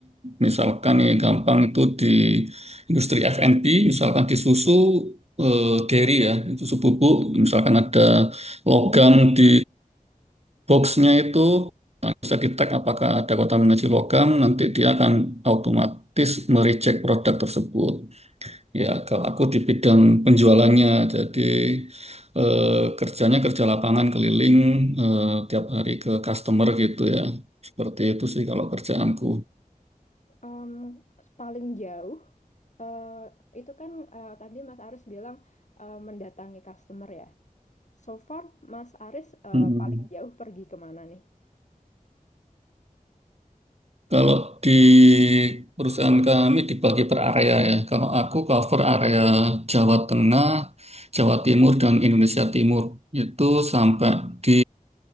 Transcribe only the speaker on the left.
Um, paling jauh eh, itu kan eh, tadi Mas Aris bilang eh, mendatangi customer ya. So far Mas Aris eh,
paling jauh pergi kemana nih?